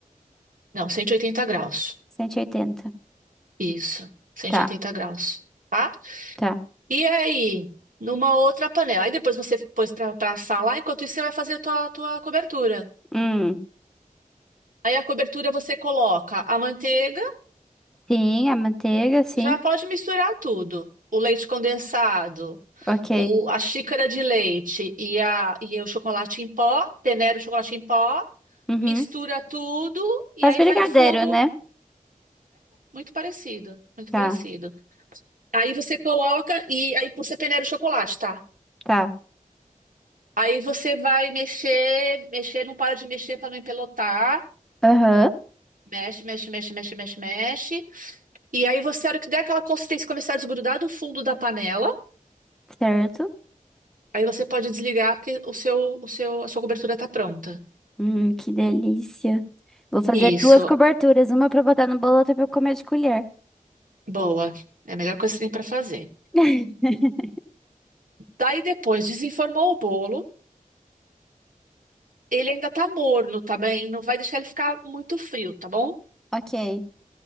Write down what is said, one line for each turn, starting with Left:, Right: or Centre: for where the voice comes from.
Right: Não, 180 graus.
Centre: cento e oitenta
Right: Isso, 180
Centre: Tá.
Right: graus. tá?
Centre: Tá.
Right: E aí, numa outra panela. Aí depois você pôs pra, pra assar lá, enquanto isso você vai fazer a tua, tua cobertura.
Centre: Hum,
Right: Aí a cobertura você coloca a manteiga,
Centre: sim, a manteiga, sim.
Right: já pode misturar tudo. O leite condensado,
Centre: Ok.
Right: o, a xícara de leite e, a, e o chocolate em pó, peneira o chocolate em pó,
Centre: Uhum.
Right: mistura tudo e
Centre: Faz
Right: aí
Centre: brigadeiro,
Right: vai em fogo
Centre: né?
Right: muito parecido, muito
Centre: Tá,
Right: parecido. Aí você coloca e aí você peneira o chocolate, tá?
Centre: tá.
Right: Aí você vai mexer, mexer, não para de mexer para não empelotar.
Centre: Aham,
Right: Mexe, mexe, mexe, mexe, mexe, mexe. E aí você, a hora que der aquela consistência, começar a desgrudar do fundo da panela,
Centre: certo.
Right: aí você pode desligar porque o seu, o seu, a sua cobertura tá pronta.
Centre: Hum, que delícia. Vou fazer
Right: Isso,
Centre: duas coberturas, uma pra botar no bolo, outra pra eu comer de colher.
Right: boa. É a melhor coisa que você tem para fazer.
Centre: <laughs>
Right: Daí depois, desenformou o bolo. Ele ainda tá morno, tá bem? Não vai deixar ele ficar muito frio, tá bom?
Centre: Ok.